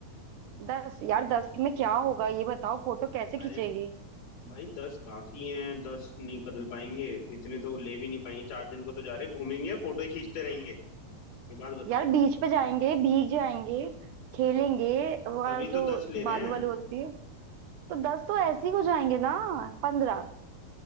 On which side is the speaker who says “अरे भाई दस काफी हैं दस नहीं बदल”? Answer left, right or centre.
Left